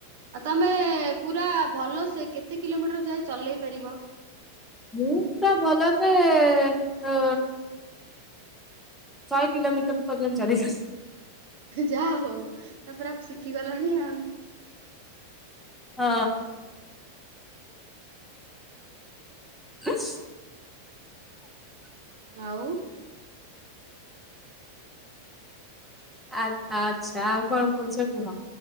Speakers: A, on the right; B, in the centre.
A: ଆଉ ତମେ ପୁରା ଭଲସେ କେତେ କିଲୋମିଟର ଯାଇ ଚଲେଇ ପାରିବ?
B: ମୁଁ ପୁରା ଭଲସେ ଏ ଶହେ କିଲୋମିଟର ପର୍ଯ୍ୟନ୍ତ ଚଲେଇ ପାରିବି
A: ଯାହା ହଉ ତମେ ପୁରା ଶିଖିଗଲଣି ଆଉ!
B: ହଁ। ଉଁମ୍ସ୍
A: ଆଉ
B: ଆ ଆଚ୍ଛା ଆଉ କଣ କହୁଛ କୁହ?